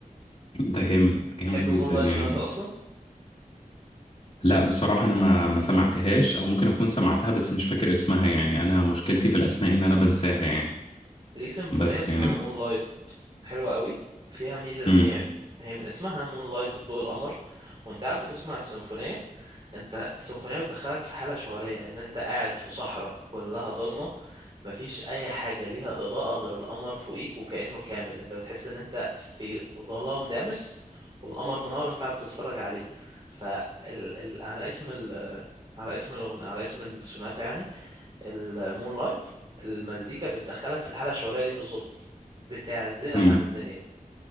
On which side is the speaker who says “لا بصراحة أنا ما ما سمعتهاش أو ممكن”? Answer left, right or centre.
Left